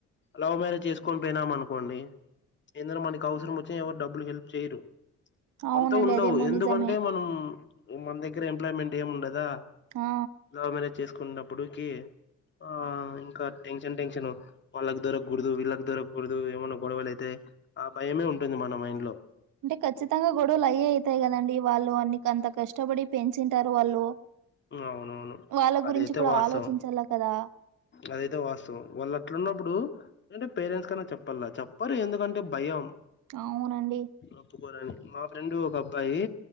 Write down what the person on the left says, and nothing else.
లావ్ మ్యారేజ్ చేసుకొని పోయినామనుకోండి ఏందన్నా మనకు అవసరం వచ్చే ఎవరు డబ్బులు హెల్ప్ చేయరు మనతో
ఉండవు
ఎందుకంటే
మనం మన దగ్గర ఎంప్లాయ్మెంట్ ఏమిండదా
లవ్ మ్యారేజ్ చేసుకున్నప్పుడుకి ఆ ఇంకా టెన్షన్ టెన్షన్ వాళ్లకు దొరక్కకూడదు వీళ్ళకి దొరక్కకూడదు ఏమన్నా గొడవలు అయితే ఆ భయమే ఉంటుంది మన మైండ్ లో
అవునవును
అదైతే
వాస్తవం
అదైతే వాస్తవం వాళ్ళు అట్లు ఉన్నప్పుడు అంటే పేరెంట్స్ కన్నా చెప్పాలా చెప్పరు ఎందుకంటే భయం
ఒప్పుకోరని మా ఫ్రెండ్ ఒక అబ్బాయి